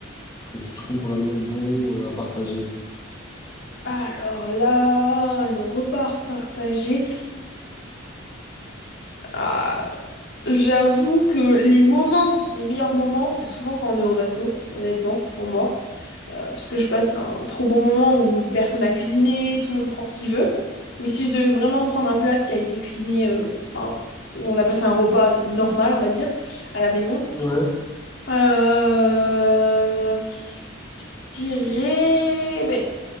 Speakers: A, on the left (about 20°); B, on the left (about 65°).
A: que tu trouves vraiment bon, euh, à partager?
B: Alors là, le repas partagé. Ah, j'avoue que les moments, les meilleurs moments, c'est souvent quand on est au resto, honnêtement, pour moi. Euh, parce que je passe un trop bon moment où personne n'a cuisiné, tout le monde prend ce qu'il veut. Mais si je devais vraiment prendre un plat qui a été cuisiné, euh, enfin, où on a passé un repas normal, on va dire, à la maison,
A: Ouais.
B: euh, je dirais, mais